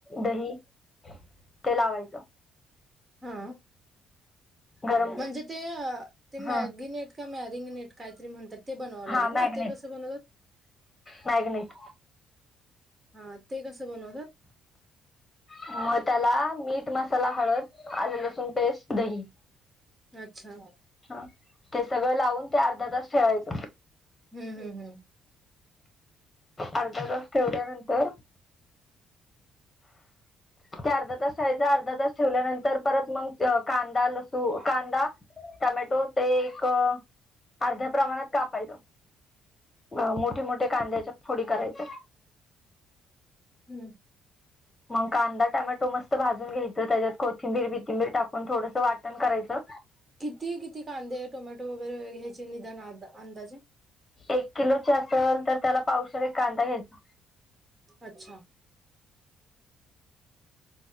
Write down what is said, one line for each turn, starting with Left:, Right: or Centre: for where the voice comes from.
Left: दही ते लावायचं.
Right: हा.
Left: गरम
Right: म्हणजे ते ते
Left: हा
Right: मॅगी नट का मॅरिंग नट काहीतरी म्हणतात. ते बनवावं लागेल
Left: हा मॅग्नेट
Right: ना ते कसं बनवतात?
Left: मॅग्नेट
Right: हा ते कसं बनवतात?
Left: मग त्याला मीठ, मसाला, हळद, आलें लसूण पेस्ट, दही.
Right: अच्छा.
Left: हा ते सगळं लावून ते अर्धा तास ठेवायचं.
Right: हम्म. हमम. हम्म.
Left: अर्धा तास ठेवल्यानंतर त्या अर्धा तास हयाचा अर्धा तास ठेवल्यानंतर परत मग कांदा, लसू, कांदा. टमॅटो ते एक अर्ध्या प्रमाणात कापायच. अ मोठे मोठे कांद्याच्या फोडी करायचे.
Right: हम्म.
Left: मग कांदा टोमॅटो मस्त भाजून घ्यायचं. त्याच्यात कोथिंबीर बिथिंबीर टाकून थोडंसं वाटण करायचं.
Right: किती किती कांदे, टोमॅटो वगैरे घ्यायचे निदान अंदाजे.
Left: एक किलोचे असल तर त्याला पावशेर एक कांदा घ्यायचा.
Right: अच्छा